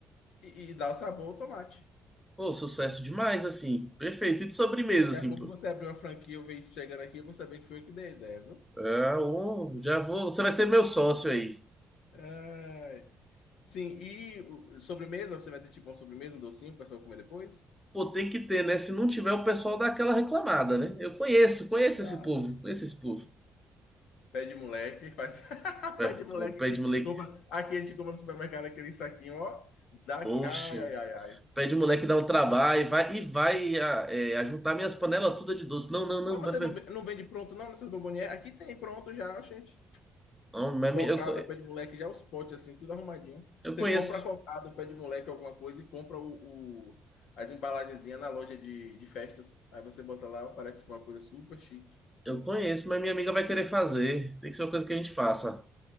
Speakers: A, on the left (about 80°); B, in the centre.
A: E, e dá o sabor ao tomate.
B: Pô, sucesso demais, assim. Perfeito. E de sobremesa,
A: Daqui
B: assim,
A: a pouco
B: pô.
A: você abrir uma franquia, eu ver isso chegando aqui, eu vou saber que foi eu que dei a ideia, viu?
B: É, ô, já vou. Você vai ser meu sócio aí.
A: Ai. Sim, e o- sobremesa, você vai ter tipo um sobremesa, um docinho para só comer depois?
B: Pô, tem que ter, né? Se não tiver, o pessoal dá aquela reclamada, né? Eu conheço, conheço
A: Exato.
B: esse povo, conheço esse povo.
A: Pé de moleque, faz. <laughs>
B: É,
A: Pé de moleque
B: pô, pede
A: que
B: moleque.
A: compra. Aqui a gente compra no supermercado aquele saquinho, ó. Dá...
B: Poxa.
A: Ai, ai, ai, ai.
B: Pede o moleque dar um trabalho e vai, e vai a, é, ajuntar minhas panelas todas de doce. Não, não,
A: Mas
B: não.
A: você
B: pe-
A: não,
B: pe-
A: ve- não vende pronto, não, nessas bombonières? Aqui tem pronto já, gente.
B: não, minha ami-
A: Cocada,
B: eu, co-
A: pé de moleque, já os potes assim, tudo arrumadinho.
B: eu
A: Você
B: conheço.
A: compra a cocada, um pé de moleque, alguma coisa, e compra o, o- as embalagenzinhas na loja de, de festas. Aí você bota lá, parece que foi uma coisa super chique.
B: Eu conheço, mas minha amiga vai querer fazer. Tem que ser uma coisa que a gente faça.